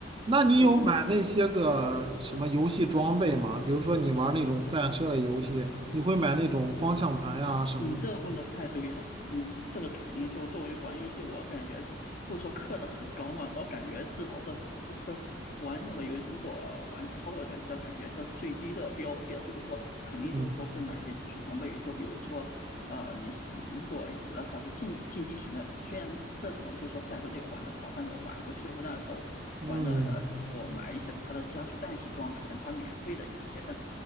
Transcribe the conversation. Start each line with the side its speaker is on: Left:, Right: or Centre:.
Right: 那你有买那些个什么游戏装备吗？
Left: 嗯嗯
Right: 比如说你玩那种赛车的游戏，你会买那种方向盘呀、什么的。
Left: 你这问的太对了，嗯，这个肯定就作为玩游戏，我感觉不说氪的很高嘛，我感觉至少这这这玩任何游戏，如果玩超过段期，感觉这是最低的标配了。就是说，肯定就是说会买一些基础装备，
Right: 嗯
Left: 就比如说，呃，你如果只要杀出竞竞技型的，虽然这种就是说赛车类我玩的少，但是我玩过，就是那个时候玩的，
Right: 嗯，
Left: 呃我买一些它的加速氮气装，可能它免费的有一些，但是